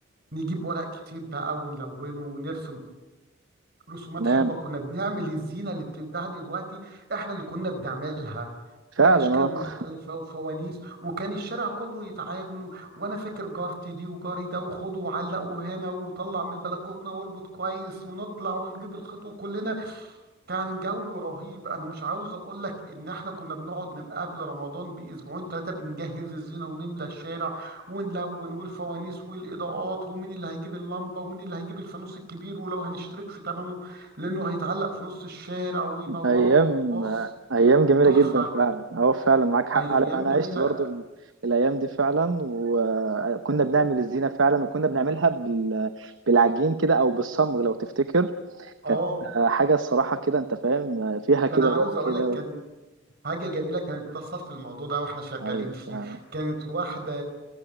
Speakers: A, on the right; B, on the right.
A: نجيب ورق كتير بقى ونلونه ونرسم رسومات
B: تمام
A: حلوه كنا بنعمل الزينه اللي بتتباع دلوقتي احنا اللي كنا بنعملها
B: فعلا
A: باشكال
B: اه
A: مختلفه
B: <laughs>
A: وفوانيس وكان الشارع كله يتعاون و- وانا فاكر جارتي دي وجاري ده وخده وعلقه هنا وطلع من البلكونه واربط كويس ونطلع ونجيب الخيط وكلنا كان جو رهيب انا مش عاوز اقول لك ان احنا كنا بنقعد من قبل رمضان باسبوعين ثلاثه بنجهز الزينه ونملى الشارع ونلون والفوانيس والاضاءات ومين اللي هيجيب اللمبه ومين اللي هيجيب الفانوس الكبير ولو هنشترك في ثمنه لانه هيتعلق في نص الشارع وينوره
B: ايام
A: بص
B: ايام جميله
A: تحفه
B: جدا فعلا اه فعلا معاك حق
A: ايام
B: على انا
A: جميله
B: عشت برضو ال- الايام دي فعلا وكنا بنعمل الزينه فعلا وكنا بنعملها بال... بالعجين كده او بالصمغ لو تفتكر
A: اه
B: كانت آه، حاجه الصراحه كده انت فاهم آه، فيها كده
A: ده انا عاوز
B: روح
A: اقول
B: كده
A: لك كان
B: و...
A: حاجة جميلة كانت بتحصل في الموضوع ده واحنا شغالين
B: ايوه
A: فيه
B: فعلا
A: كانت واحدة